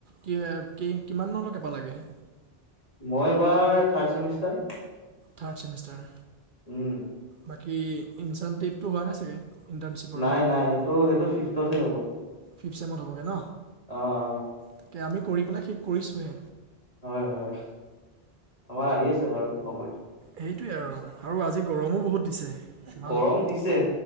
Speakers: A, on the right; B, on the left.
A: কি কি কিমানলৈকে পালাগে?
B: মই এইবাৰ থাৰ্ড চেমিষ্টাৰ।
A: থাৰ্ড চেমিষ্টাৰ,
B: উম,
A: বাকী ইঞ্চানটিভটো হোৱা নাই চাগে? ইণ্টাৰ্ণশ্বিপৰ
B: নাই
A: হেৰি
B: নাই সেইটো সেইটো ফিফটতহে হ'ব।
A: ফিফ ছেমত হ'বগে ন?
B: অ', অ',
A: তাকে আমি কৰি পেলাই শেষ কৰিছোহে।
B: হয়, হয়। আমাৰ আহি আছে বাৰু। সময়টো।
A: সেইটোৱে আৰু আৰু আজি গৰমো বহুত দিছে। ইমান
B: গৰম
A: উত-
B: দিছে,